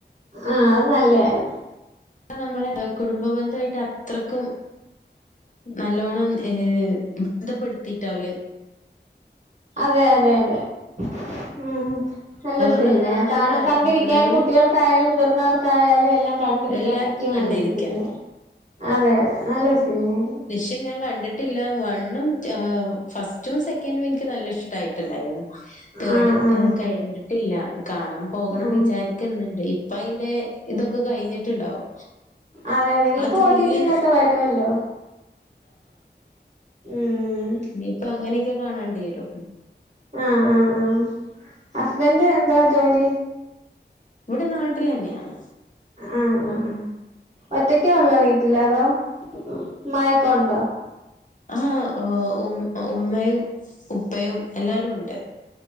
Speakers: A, on the right; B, on the left.
A: ആഹ് അത് നല്ലയാരുന്നു
B: അതാ നമ്മള് കുടുംബന്ധമായിട്ട് അത്രയ്ക്കും- നല്ലോണ്ണം ഏ ബന്ധപ്പെടുത്തിട്ടാവല് -
A: അതെ അതെ അതെ ഉം നല്ലൊരു
B: അതുകൊണ്ട്
A: സിനിമയാ കാരണം
B: നല്ല
A: കണ്ടിരിക്കാനും
B: നല്ല
A: കുട്ടികൾക്കായാലും മുതിർന്നവ ആർക്കായാലും എല്ലാം കണ്ടിരിക്കാൻ
B: എല്ലാർക്കും
A: പറ്റിയ
B: കണ്ടിരിക്കാം
A: നല്ലൊരു സിനിമയാണ് അതെ അതെ നല്ലൊരു സിനിമയായിരുന്നു
B: ഇത് ഞാൻ കണ്ടിട്ടില്ല വണ്ണും ഫസ്റ്റും സെക്കൻറും എനിക്ക് നല്ല ഇഷ്ടമായിട്ടുണ്ടായിരുന്നു തേഡ്
A: ആഹ് ആഹ്
B: കഴിഞ്ഞിട്ടില്ല കാണാൻ പോകണന്ന്
A: ആഹ്
B: വിചാരിക്ക- ക്കുന്നുണ്ട് ഇപ്പ അതിന്റെ ഇതൊക്കെ കഴിഞ്ഞിട്ടുണ്ടാവും
A: അതെ അതെ ഇനിയിപ്പോ
B: ആ ത്രില്ല്
A: ഓടിടിയിലൊക്കെ വരുല്ലോ ഉം
B: ഇനിപ്പോ അങ്ങനെയൊക്കെ കാണണ്ടി വരും
A: ആഹ് ആഹ് ആഹ് ഹസ്ബൻറ് എന്താ ജോലി?
B: ഇവിടെ നാട്ടില് തന്നെയാണ്
A: ആഹ് ആഹ് ഒറ്റക്കെ ഉള്ളോ വീട്ടില് അതോ ഉമ്മായൊക്കെ ഉണ്ടോ
B: ആഹ് ഓഹ് ഉമ്മ ഉമ്മയും ഉപ്പയും എല്ലാരും ഉണ്ട്